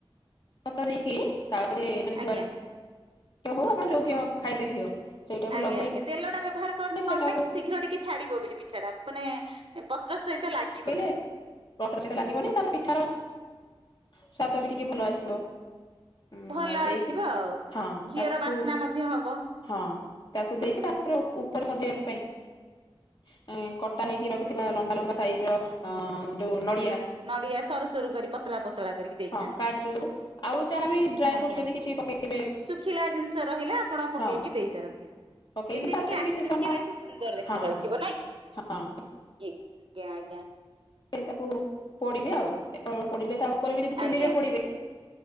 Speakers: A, on the left (about 50°); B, on the right (about 65°).
A: କ ଦେଇକି ତାଉପରେ ମାନେ
B: ଆଜ୍ଞା
A: ଗୁଆ ଘି ଅ ହଉ ଆପଣ ଯୋଉ ଘିଅ ଖାଇବା ଘିଅ। ସେଇଟାକୁ
B: ଆଜ୍ଞା
A: ଲଗେଇକି
B: ଆଜ୍ଞା ତେଲ ଟା ବ୍ୟବହାର କରନ୍ତି କଣ
A: ସେଟାକୁ
B: ପାଇଁ ଶୀଘ୍ର ଟିକେ ଛାଡିବ ବୋଲି ପିଠାଟା ମାନେ ପତ୍ର ସହିତ ଲାଗ୍
A: ହେଲେ ପତ୍ର ସହିତ ଲାଗିବନି ତାର ପିଠାର ସ୍ବାଦ ବି ଟିକେ ଭଲ ଆସିବ। ଉଁ
B: ଭଲ
A: ଆଉ ଦେଇକି
B: ଆସିବ ଆଉ
A: ହଁ
B: ଘିଅର
A: ତାକୁ
B: ବାସ୍ନା ମଧ୍ୟ ହବ।
A: ହଁ ତାକୁ ଦେଇକି ତାପରେ ଉପରେ ସଜେଇବା ପାଇଁ କଟା ହେଇକି ରଖିଥିବା ଲମ୍ବା ଲମ୍ବା ସାଇଜ ର ଯୋଉ ନ
B: ନଡ଼ିଆ ଶ୍ ସରୁ ସରୁ କରି ପତଳା ପତଳା କରିକି ଦେଇଥାନ୍ତି
A: ହଁ କାଜୁ ଆଉ ଯାହାବି ଡ୍ରାଇ
B: ଆଜ୍ଞା
A: ଫ୍ରୁଟସ୍ ଯଦି କିଛି ପକେଇବେ
B: ଶୁଖିଲା ଜିନିଷ ରହିଲା। ଆପଣ ପକେଇକି
A: ହଁ
B: ଦେଇ ପାରନ୍ତି।
A: ପକେଇକି
B: ଯେମିତି
A: ତାପରେ
B: ଟିକେ ଆଖିକୁ
A: କିଛି ସମୟ
B: ଟିକେ ବେଶି ସୁନ୍ଦର ଦେଖା
A: ହଁ
B: ଯାଉଥିବ
A: ହଁ
B: ନାଇକି
A: ହଁ
B: ଆଜ୍ଞା ଆଜ୍ଞା।
A: ସେ ତାକୁ ପୋଡିବେ ଆଉ ପୋଡିଲେ ତ ଉପରେ ବି ଯଦି ଚୁଲି
B: ଆଜ୍ଞା
A: ରେ ପୋଡିବେ।